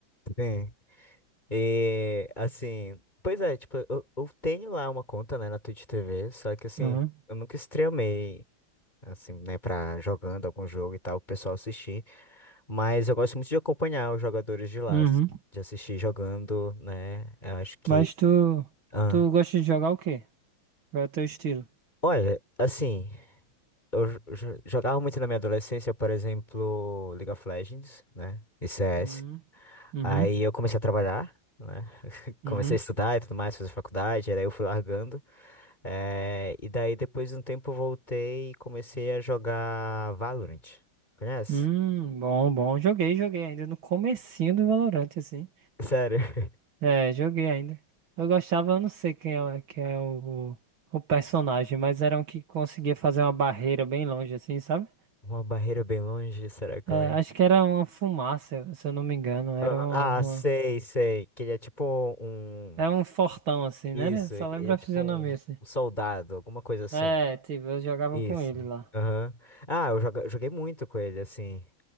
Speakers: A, on the left; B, on the right.
A: sim. E assim, pois é, tipo, eu, eu tenho lá uma conta, né, na Twitch TV, só que assim,
B: Uhum.
A: eu nunca streamei, assim, né, pra jogando algum jogo e tal, o pessoal assistir, mas eu gosto muito de acompanhar os jogadores de lá,
B: Uhum.
A: assim, de assistir jogando, né, eu acho que.
B: Mas tu,
A: ah,
B: tu gosta de jogar o quê? Qual é o teu estilo?
A: olha, assim, eu jo- jo- jogava muito na minha adolescência, por exemplo, League of Legends, né, e CS,
B: Uhum. Uhum.
A: aí eu comecei a trabalhar. né,
B: Uhum.
A: Comecei a estudar e tudo mais, fazer faculdade, aí eu fui largando. eh, e daí, depois de um tempo, eu voltei e comecei a jogar Valorant. Conhece?
B: Hum, bom, bom. Joguei, joguei ainda no comecinho do Valorant, assim.
A: Sério. <laughs>
B: É, joguei ainda. Eu gostava, eu não sei quem é, quem é o, o personagem, mas era um que conseguia fazer uma barreira bem longe, assim, sabe?
A: Uma barreira bem longe, será que
B: É,
A: eu lembro?
B: acho que era uma fumaça, se eu não me engano. Era
A: Aham,
B: uma,
A: Ah,
B: uma-
A: sei, sei. Que ele é tipo um.
B: Era um fortão assim,
A: Isso,
B: né? Eu Só
A: ele
B: lembro
A: é
B: a
A: tipo
B: fisionomia
A: um,
B: assim.
A: um soldado, alguma coisa assim.
B: É, tipo, eu jogava
A: Isso.
B: com ele lá.
A: Aham. Ah, eu joga- eu joguei muito com ele, assim.